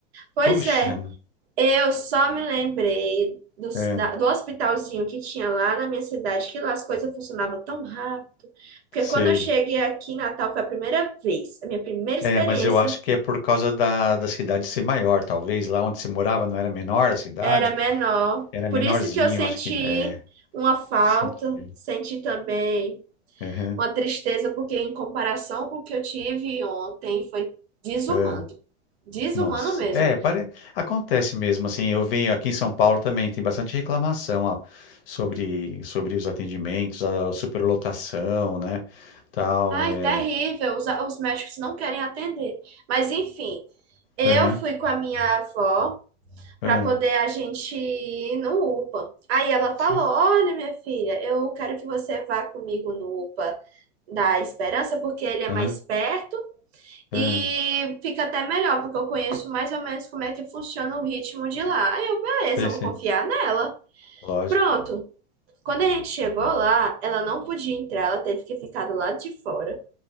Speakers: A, on the right; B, on the left.
A: Pois
B: Puxa,
A: é, eu só me lembrei do,
B: é,
A: da- do hospitalzinho que tinha lá na minha cidade, que lá as coisas funcionavam tão rápido. Porque
B: sei.
A: quando eu cheguei aqui em Natal foi a primeira vez, a minha primeira experiência
B: É, mas eu acho que é por causa da, da cidade ser maior, talvez. Lá onde você morava não era menor a cidade,
A: era menor.
B: era
A: Por
B: menorzinho,
A: isso que eu senti
B: eu acho que é.
A: uma falta,
B: Sentido.
A: senti também
B: Aham,
A: uma tristeza, porque em comparação com o que eu tive ontem, foi desumano.
B: é.
A: Desumano
B: Nossa,
A: mesmo.
B: é, pare... acontece mesmo, assim, eu venho aqui em São Paulo também, tem bastante reclamação, ó, sobre, sobre os atendimentos, a superlotação, né, tal,
A: Ai,
B: é,
A: terrível, os, os médicos não querem atender. Mas enfim, eu
B: aham,
A: fui com a minha avó para
B: aham,
A: poder a gente ir no UPA. Aí ela falou:
B: Sim.
A: Olha, minha filha, eu quero que você vá comigo no UPA da Esperança, porque ele é
B: aham,
A: mais perto e
B: aham,
A: fica até melhor, porque eu conheço mais ou menos como é que funciona o ritmo de lá. Aí eu, beleza,
B: sei,
A: eu vou
B: sei,
A: confiar nela.
B: lógico,
A: Pronto. Quando a gente chegou lá, ela não podia entrar, ela teve que ficar do lado de fora.